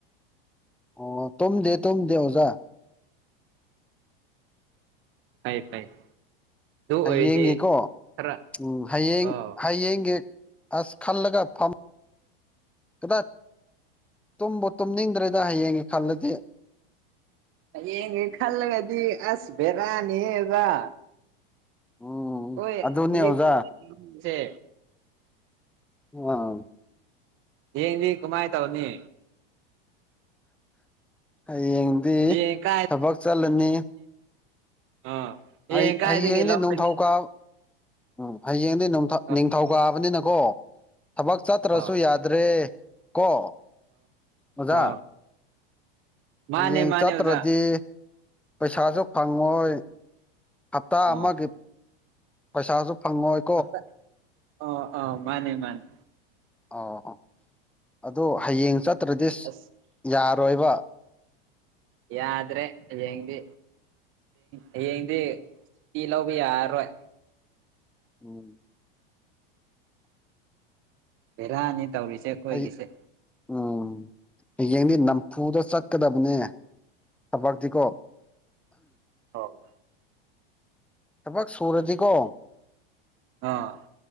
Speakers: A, in the centre; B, on the right.
A: ꯑꯣ ꯇꯨꯝꯗꯦ ꯇꯨꯝꯗꯦ ꯑꯣꯖꯥ
B: ꯐꯩ ꯐꯩ ꯑꯗꯨ
A: ꯍꯌꯦꯡꯒꯤꯀꯣ
B: ꯑꯣꯏꯔꯗꯤ ꯈꯔ
A: ꯎꯝ ꯍꯌꯦꯡ
B: ꯑꯥ
A: ꯍꯌꯦꯡꯒꯤ ꯑꯁ ꯈꯜꯂꯒꯥ ꯐꯝ ꯀꯗꯠ ꯇꯨꯝꯕꯨ ꯇꯨꯝꯅꯤꯡꯗ꯭ꯔꯦꯗ ꯍꯌꯦꯡꯒꯤ ꯈꯜꯂꯗꯤ
B: ꯍꯌꯦꯡꯒꯤ ꯈꯜꯂꯒꯗꯤ ꯑꯁ ꯕꯦꯔꯥꯅꯤꯍꯦ ꯑꯣꯖꯥ
A: ꯎꯝ
B: ꯑꯣꯏ ꯑꯦꯗꯤꯛ
A: ꯑꯗꯨꯅꯦ ꯑꯣꯖꯥ
B: ꯌꯨꯝꯖꯦ
A: ꯎꯑꯥ
B: ꯍꯩꯌꯦꯡꯗꯤ ꯀꯃꯥꯏ ꯇꯧꯅꯤ
A: ꯍꯌꯦꯡꯗꯤ
B: ꯍꯌꯦꯡ ꯀꯥꯏ
A: ꯊꯕꯛ ꯆꯠꯂꯅꯤ
B: ꯑꯥ ꯍꯌꯦꯡ
A: ꯑꯩ
B: ꯀꯥꯏꯗꯒꯤ
A: ꯍꯌꯦꯡꯗꯤ
B: ꯂꯧꯔꯅꯤ
A: ꯅꯤꯡꯊꯧ ꯀꯥꯞ ꯎꯝ ꯍꯌꯦꯡꯗꯤ ꯅꯣꯡꯊ
B: ꯑ
A: ꯅꯤꯡꯊꯧꯀꯥꯕꯅꯤꯅꯀꯣ ꯊꯕꯛ ꯆꯠꯇ꯭ꯔꯁꯨ
B: ꯑ
A: ꯌꯥ ꯇ꯭ꯔꯦ ꯀꯣ ꯑꯣꯖꯥ
B: ꯑ ꯃꯥꯅꯦ
A: ꯍꯌꯦꯡ
B: ꯃꯥꯅꯦ
A: ꯆꯠꯇ꯭ꯔꯗꯤ
B: ꯑꯣꯖꯥ
A: ꯄꯩꯁꯥꯁꯨ ꯐꯪꯉꯣꯏ ꯍꯞꯇꯥ
B: ꯑꯥ
A: ꯑꯃꯒꯤ ꯄꯩꯁꯥꯁꯨ ꯐꯪꯉꯣꯏ
B: ꯑꯝꯇ ꯑ ꯑ ꯃꯥꯅꯦ ꯃꯥꯅꯦ
A: ꯑ ꯑꯥ ꯑꯗꯣ ꯍꯌꯦꯡ ꯆꯠꯇ꯭ꯔꯗꯤꯁ
B: ꯑꯁ
A: ꯌꯥꯔꯣꯏꯕ
B: ꯌꯥꯗ꯭ꯔꯦ ꯍꯌꯦꯡꯗꯤ ꯍꯌꯦꯡꯗꯤ ꯁꯨꯇꯤ ꯂꯧꯕ ꯌꯥꯔꯔꯣꯏ
A: ꯎꯝ
B: ꯕꯦꯔꯥꯅꯤ ꯇꯧꯔꯤꯁꯦ ꯑꯩꯈꯣꯏꯒꯤꯁꯦ
A: ꯑꯩ ꯎꯝ ꯍꯌꯦꯡꯗꯤ ꯅꯝꯐꯨꯗꯥ ꯆꯠꯀꯗꯕꯅꯦ ꯊꯕꯛꯇꯤ ꯀꯣ
B: ꯍꯣꯏ
A: ꯊꯕꯛ ꯁꯨꯔꯗꯤꯀꯣ
B: ꯑꯥ